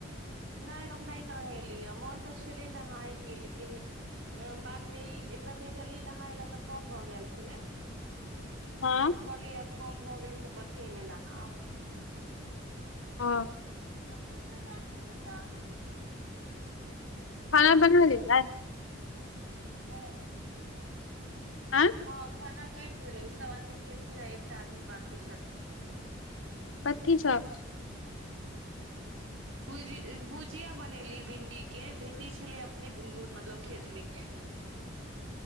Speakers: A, on the right (about 80°); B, on the left (about 85°).
A: नय हम नय नहेली यऽ मोन तऽ छलै नहाय केँ लेकिन बादमे ई एकरा भेजलि नहाय लऽ तऽ कम भैय गेल छलै।
B: हँ
A: तऽ कहली अब कम भऽ गेलै तऽ कथि एय मे नहाउ
B: हँ
A: <inaudible>
B: खाना बना लेलियै।
A: हँ
B: आँ
A: हँ खाना बैन गेलै ई सब आदमी खेलखिन हँ एकटा आदमी बाकी छथिन।
B: कथी सब
A: भुज भुजिया बनेली भिन्डी केँ भिन्डी छले अपने मतलब खेत मे केँ